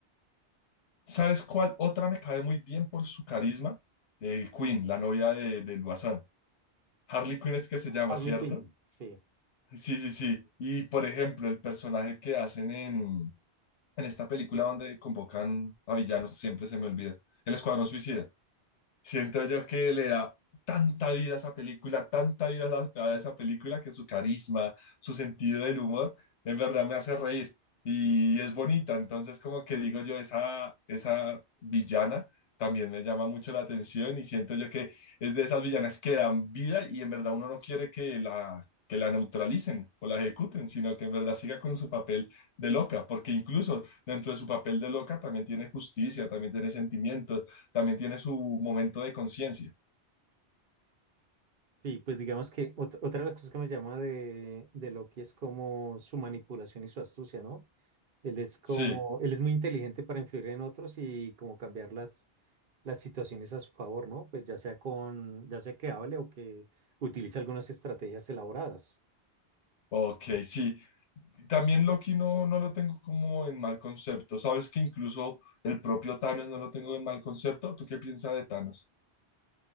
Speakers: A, on the left (about 85°); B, on the right (about 55°).
A: ¿Sabes cuál otra me cae muy bien por su carisma? Eh, Queen, la novia de, del Guasán. Harley Quinn es que se llama,
B: Harley
A: ¿cierto?
B: Quinn, sí.
A: Sí, sí, sí. Y por ejemplo, el personaje que hacen en, en esta película donde convocan a villanos, siempre se me olvida. El Escuadrón Suicida. Siento yo que le da tanta vida a esa película, tanta vida a, la- a esa película que su carisma, su sentido del humor, en verdad me hace reír y es bonita. Entonces, como que digo yo, esa, esa villana también me llama mucho la atención y siento yo que es de esas villanas que dan vida y en verdad uno no quiere que la, que la neutralicen o la ejecuten, sino que en verdad siga con su papel de loca, porque incluso dentro de su papel de loca también tiene justicia, también tiene sentimientos también tiene su momento de conciencia.
B: Sí, pues digamos que ot- otra de las cosas que me llama de, de Loki es como su manipulación y su astucia, ¿no? Él es como,
A: Sí,
B: él es muy inteligente para influir en otros y como cambiar las, las situaciones a su favor, ¿no? Pues ya sea con, ya sea que hable o que utilice algunas estrategias elaboradas.
A: ok, sí. También Loki no, no lo tengo como en mal concepto. Sabes que incluso el propio Thanos no lo tengo en mal concepto. ¿Tú qué piensas de Thanos?